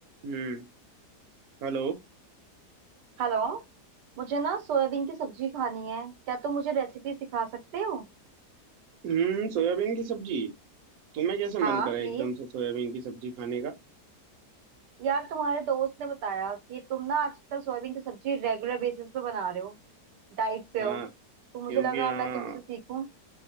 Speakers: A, on the right; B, on the right.
A: हम्म Hello
B: Hello मुझे ना soybean की सब्जी खानी है क्या तुम मुझे रेसिपी सिखा सकते हो
A: हम्म Soybean की सब्जी तुम्हें कैसे
B: हाँ
A: मन करा
B: प्लीज
A: एकदम से सोयाबीन की सब्जी खाने का
B: यार तुम्हारे दोस्त ने बताया कि तुम ना आजकल सोयाबीन की सब्जी रेगुलर बेसिस पे बना रहे हो डाइट पे
A: हाँ
B: हो तो मुझे
A: क्योंकि
B: लगा
A: हाँ
B: मैं तुमसे सीखूं